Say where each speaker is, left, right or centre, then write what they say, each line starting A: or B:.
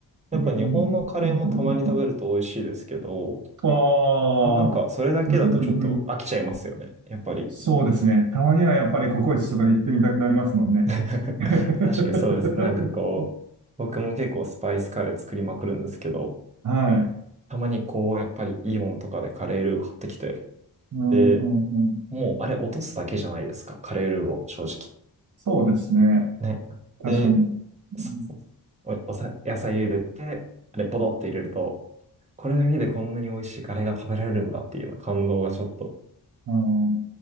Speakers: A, on the right (about 15°); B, on the right (about 45°).
A: やっぱ日本のカレーもたまに食べると美味しいですけど、
B: うん、うん、うん。ああ、
A: まあ、なんか、それだけだとちょっと飽きちゃいますよね。
B: うん、うん、うん。
A: やっぱり。
B: そうですね。たまにはやっぱりココイチとか行ってみたくなりますもんね。
A: <laughs> 確かにそうです。
B: <laughs>
A: なんかこう、僕も結構スパイスカレー作りまくるんですけど、
B: はい。
A: たまにこう、やっぱりイオンとかでカレールー買ってきて、
B: うんうんうん。
A: で、もうあれ落とすだけじゃないですか。カレールーを、正直。
B: そうですね。
A: ね。
B: 確かに。
A: で、
B: うん
A: そうそうそうお、おさ、野菜茹でて、あれポドって入れると、これだけでこんなに美味しいカレーが食べられるんだっていうような感動がちょっと。
B: あの、